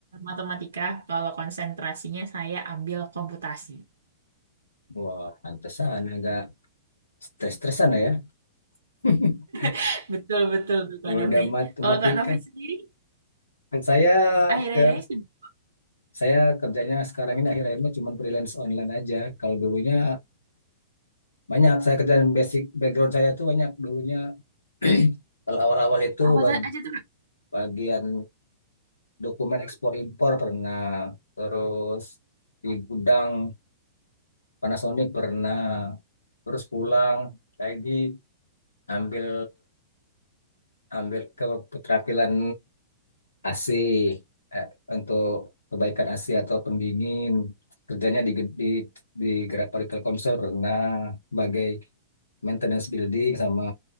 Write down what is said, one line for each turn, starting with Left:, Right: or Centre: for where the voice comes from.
Right: matematika. Kalau konsentrasinya saya ambil komputasi.
Left: Wah, pantesan agak stres-stresan lah ya. <laughs>
Right: <laughs> Betul-betul tuh Kak
Left: Udah
Right: Nofri.
Left: matematika.
Right: Kalau Kak Nofri sendiri,
Left: Kan saya
Right: akhir-akhir
Left: ke
Right: ini sibuk
Left: saya kerjanya sekarang ini akhir akhirnya cuma freelance online aja. Kalau dulunya banyak saya kerjaan basic background saya tuh banyak dulunya <clears throat> kalau awal-awal itu
Right: apa
Left: bag-
Right: tuh- aja tuh
Left: bagian dokumen ekspor impor pernah terus di gudang Panasonic pernah terus pulang lagi ambil ambil ke keterampilan AC eh, untuk kebaikan AC atau pendingin kerjanya di di di Grapari Telkomsel pernah sebagai maintenance building sama